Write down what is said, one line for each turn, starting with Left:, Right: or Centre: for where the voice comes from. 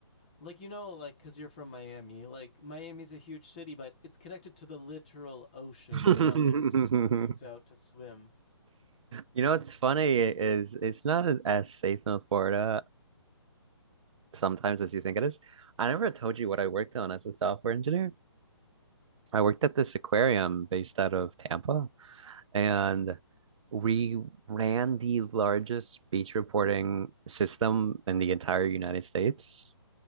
Left: Like you know, like because you're from Miami, like Miami's a huge city, but it's connected to the literal ocean.
Right: <laughs>
Left: I'm not like s- freaked out to swim.
Right: You know what's funny is it's not as, as safe in Florida sometimes as you think it is. I never told you what I worked on as a software engineer. I worked at this aquarium based out of Tampa, and we ran the largest beach reporting system in the entire United States.